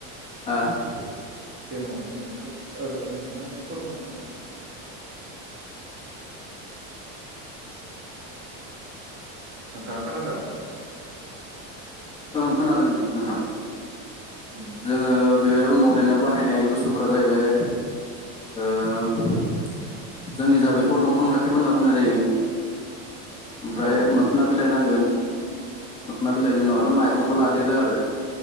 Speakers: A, on the left; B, on the right.
A: <inaudible>
B: गेमाव दोननायखौ ओ नोंथाङा एसे फोरमायना होनलाय। नोंथाङा खोनादों?
A: ओं खोनादों नोंथां।
B: ओम
A: जोङो बे मदनायाव बाहायनाय बुस्थुफ्रा जाहैबाय ओ जोंनि जा बेखौ दंफां राखेबबो होनना बुंनाय जायो। ओमफ्राय
B: औ औ
A: मोखोना
B: नंगौ नंगौ
A: बिलाइ नांगोन। मोखोनना बिलाइनि उनाव
B: उम
A: आरो माइरंबो लादेरो आरो